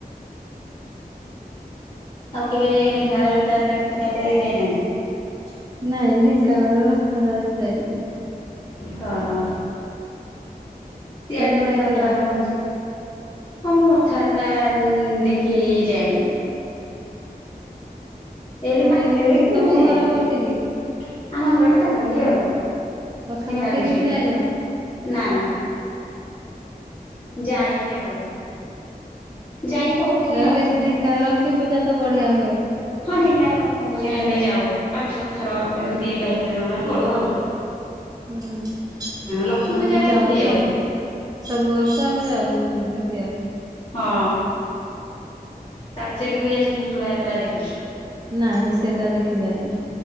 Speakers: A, on the left (about 30°); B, on the right (about 25°).
A: ଆଉ କେବେ ଏ ଢେଙ୍କାନାଳରେ ରଥଯାତ୍ରା ଫତରଯାତ୍ରା ଦେଖି ଆଇନାହାନ୍ତି।
B: ନାଇଁ ଢେଙ୍କାନାଳ ରେ ରଥଯାତ୍ରା ଦେଖିପାଇନିନି।
A: ହଁ ହଁ ସିଆଡେ
B: ତମେ
A: ରଥଯାତ୍ରା
B: ଯାଇଥିଲ?
A: ହଉଛି। ହଁ ମୁଁ ରଥଯାତ୍ରା ଉଁ ଦେଖି ଯାଏନି। ଏଇଠି
B: ତମେ
A: ପାଖିରେ ହ କିନ୍ତୁ
B: ତମ
A: ମୁଁ ଯାଏନି
B: ଘର କୋଉଠି କି
A: ଆମ ଘର ଏଇଠି ପାଖାପାଖି ଆଉ।
B: ପାଖା
A: ଢେଙ୍କାନାଳ
B: ପାାଖି
A: ଡିଷ୍ଟ୍ରିକ୍ଟ
B: କି ବି ଯାଇନ।
A: ନା ନା ଯାଇନି ଆଉ। ଯାଇ ହଉନି
B: ଆଉ ଢେଙ୍କ ଲକ୍ଷ୍ମୀ ପୂଜା ତ ବଢିଆ ହୁଏ।
A: ହଁ ଢେଙ୍କାନାଳ ଲକ୍ଷ୍ମୀ ପୂଜା ହେଲେ ଯାଉ ପାଞ୍ଚ ଛ ଥର ଏମିତି ବାଇକ ରେ ନର୍ମାଲ ପଳୋଉ ଆଉ।
B: ହୁଁ
A: ଲକ୍ଷ୍ମୀ ପୂଜା
B: ଆମେ
A: ଟା
B: ଯାଉ
A: ଦେଖିଯାଏ
B: ସବୁ ସବୁ ବର୍ଷ ଆମେ ଯାଉ। ଦେଖିବାକୁ।
A: ହଁ ତାଲଚେର କେବେ ଯାଇଛନ୍ତି ହିଙ୍ଗଡା ଯାତ୍ରା ଦେଖି।
B: ନାଇଁ ସେଟା ଦେଖି ଯାଇନି।